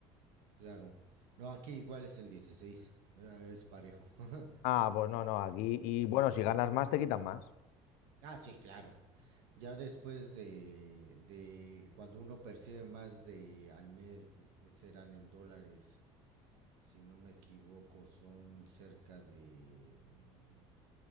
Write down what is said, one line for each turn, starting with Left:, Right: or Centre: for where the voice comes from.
Right: Claro. No, aquí igual es el 16. eh, Es parejo. <laughs>
Left: Ah, pues no, no, aquí, y
Right: Mm,
Left: bueno, si
Right: sí.
Left: ganas
Right: güey.
Left: más, te quitan más.
Right: Ah, sí, claro. Ya después de, de cuando uno percibe más de al mes, de- que serán en dólares, si no me equivoco, son cerca de, mm,